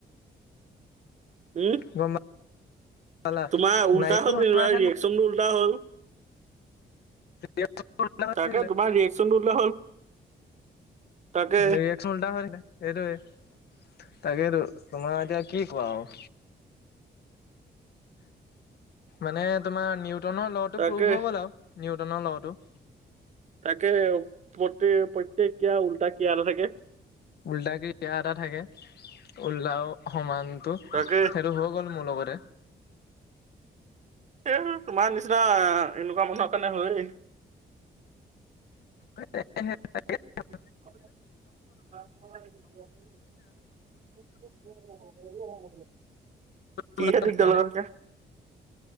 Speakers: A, on the right; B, on the left.
A: উম,
B: গম পালা
A: তোমাৰ উল্টা
B: নাৰিকল
A: হ'ল,
B: ভঙা
A: যেনিবা
B: ঠাইত
A: ৰিয়েকচনটো উল্টা হ'ল।
B: উল্টা হৈ
A: তাকেই
B: থাকিলে
A: তোমাৰ ৰিয়েকচনটো উল্টা হ'ল। তাকে
B: ৰিয়েক্টচনটো উল্টা হৈ থাকিলে সেইটোয়ে। তাকেটো তোমাৰ এতিয়া কি কোৱা আৰু। মানে তোমাৰ নিউ ল'টো
A: তাকে
B: প্ৰুভ হৈ গ'ল আৰু নিউটনৰ ল'টো।
A: তাকে প্ৰ-প্ৰতেইক কিয়া উল্টা কিয়া এটা থাকে।
B: উল্টাকে ক্ৰী এটা থাকে উল্টাও সমান। টো সেইটো
A: তাকে
B: হৈ গ'ল, মোৰ লগতে।
A: এই তোমাৰ নিচিনা এনেকুৱা মানুহৰ কাৰণে হয়েই।
B: তাকেইহে।
A: <unintelligible> <unintelligible>
B: হেতেন